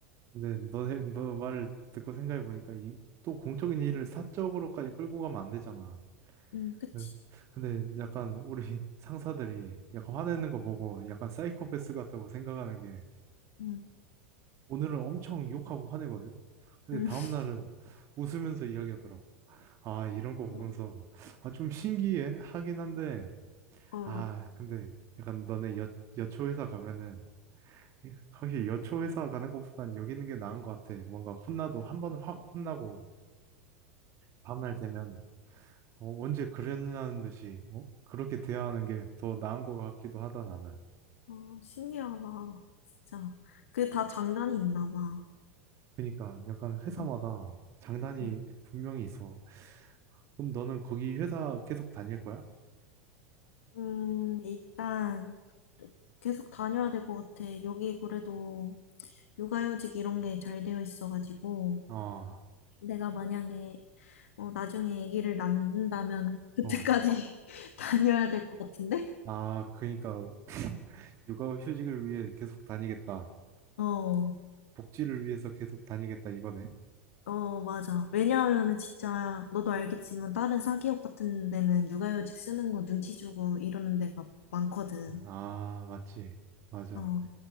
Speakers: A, on the right (about 40°); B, on the left (about 75°).
A: 근데 너네 너 말을 듣고 생각해 보니까 이 또 공적인 일을 사적으로까지 끌고 가면 안 되잖아.
B: 음, 그치?
A: 네. 근데 약간 우리 <laughs> 상사들이 약간 화내는 거 보고 약간 사이코패스 같다고 생각하는 게
B: 음,
A: 오늘은 엄청 욕하고 화내거든. 근데
B: 음.
A: 다음 날은 웃으면서 이야기하더라고. 아 이런 거 보면서
B: <laughs>
A: 아 좀 신기해 하긴 한데
B: 어, 어,
A: 아 근데 약간 너네 여 여초 회사 가면은 확실히 여초 회사 가는 것보단 여기 있는 게 나은 것 같아. 뭔가 혼나도 한 번 확 혼나고 다음날 되면 어, 언제 그랬냐는 듯이 어? 그렇게 대하는 게 더 나은 것 같기도 하다 나는.
B: 어, 신기하다. 진짜. 그게 다 장단이 있나 봐.
A: 그러니까 약간 회사마다
B: 응.
A: 장단이
B: 음,
A: 분명히 있어. 그럼 너는 거기 회사 계속 다닐 거야?
B: 음, 일단 계속 다녀야 될 것 같아. 여기 그래도 육아휴직 이런 게 잘 되어 있어가지고
A: 아,
B: 내가 만약에 어, 나중에 아기를 낳는다면 그때까지
A: 어.
B: <laughs> 다녀야 될 것 같은데?
A: 아, 그러니까 육아 휴직을 위해 계속 다니겠다.
B: 어,
A: 복지를 위해서 계속 다니겠다 이거네.
B: 어, 맞아. 왜냐하면은 진짜 너도 알겠지만 다른 사기업 같은 데는 육아휴직 쓰는 거 눈치 주고 이러는 데가 많거든.
A: 아, 맞지. 맞아.
B: 어,